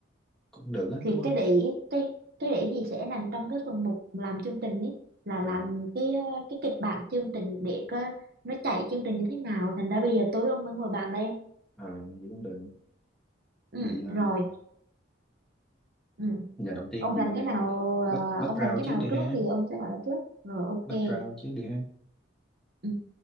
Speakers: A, in the centre; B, on the right (about 55°).
A: Cũng được á,
B: thì
A: đúng không?
B: cái đấy cái cái đấy thì sẽ nằm trong cái phần mục làm chương trình ấy là
A: À,
B: làm cái ờ, cái kịch bản chương trình để có nó chạy chương trình như thế nào thành ra bây giờ tối ông mới ngồi bàn đây
A: à, vậy cũng được.
B: ừ,
A: Vậy ờ,
B: rồi ừ.
A: giờ đầu tiên
B: ông
A: vậy
B: rành
A: bà
B: cái nào ờ,
A: back, background
B: ông rành cái
A: trước
B: nào
A: đi
B: trước
A: ha.
B: thì ông sẽ nói trước rồi ok
A: Background trước đi ha.
B: ừ.